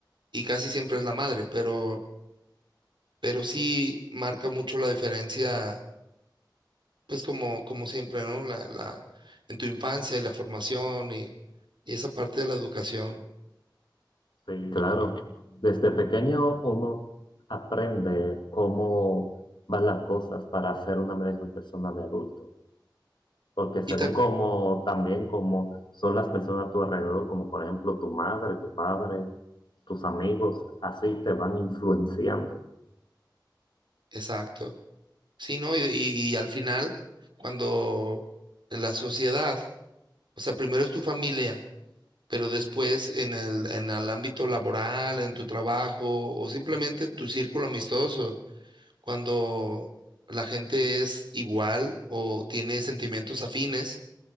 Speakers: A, on the right; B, on the left.
A: y casi siempre es la madre, pero, pero sí marca mucho la diferencia pues como, como siempre, ¿no? La, la, en tu infancia y la formación y, y esa parte de la educación.
B: sí, claro. Desde pequeño uno aprende cómo van las cosas para ser una mejor persona de adulto. Porque según
A: Y ta-
B: como también como son las personas a tu alrededor, como por ejemplo tu madre, tu padre, tus amigos, así te van influenciando.
A: exacto. Sí, ¿no? Y, y- y al final, cuando en la sociedad, o sea, primero es tu familia, pero después en el, en el ámbito laboral, en tu trabajo o simplemente tu círculo amistoso, cuando la gente es igual o tiene sentimientos afines